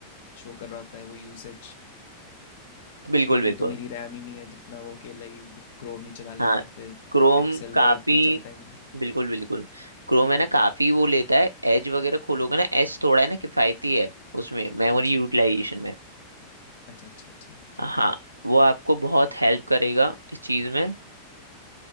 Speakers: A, on the left; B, on the right.
A: show कर रहा होता है वो यूसेज
B: बिल्कुल
A: इतनी
B: बिल्कुल
A: तो मेरी रैम ही नहीं है जितना वो अकेला ही क्रोम ही चला लेता
B: हाँ
A: है फिर
B: क्रोम
A: एक्सेल
B: काफी
A: वर्ड कुछ चलता ही नहीं है।
B: बिल्कुल बिल्कुल क्रोम है ना काफी वो लेता है एज वगैरह खोलोगे ना एज थोड़ा है ना किफायती है उसमें मेमोरी
A: अच्छा
B: यूटिलाइजेशन में
A: अच्छा अच्छा अच्छा ठीक
B: हाँ
A: है
B: वो आपको बहुत हेल्प करेगा इस चीज में